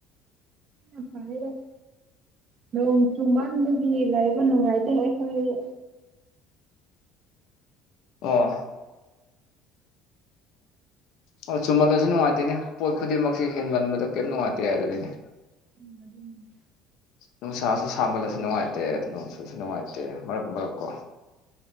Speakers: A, on the right; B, on the left.
A: <unintelligible> ꯅꯣꯡ ꯆꯨ ꯃꯟꯕꯒꯤ ꯂꯩꯕ ꯅꯨꯡꯉꯥꯏꯇꯦ ꯑꯩꯈꯣꯏ
B: ꯑꯣ ꯑꯣ ꯆꯨꯃꯜꯂꯁꯨ ꯅꯨꯡꯉꯥꯏꯇꯦꯅꯦ ꯄꯣꯠ ꯈꯨꯗꯤꯡꯃꯛꯁꯤ ꯍꯦꯟꯃꯟꯕꯗꯣ ꯀꯩꯝ ꯅꯨꯡꯉꯥꯏꯇꯦ ꯑꯗꯨꯅꯤꯅꯦ
A: ꯎꯝ ꯑꯗꯨꯅꯤ
B: ꯅꯨꯡꯁꯥꯁꯨ ꯁꯥꯃꯜꯂꯁꯨ ꯅꯨꯡꯉꯥꯏꯇꯦ ꯅꯣꯡꯁꯨꯨꯁꯨ ꯅꯨꯡꯉꯥꯏꯇꯦ ꯃꯔꯛ ꯃꯔꯛꯀꯣ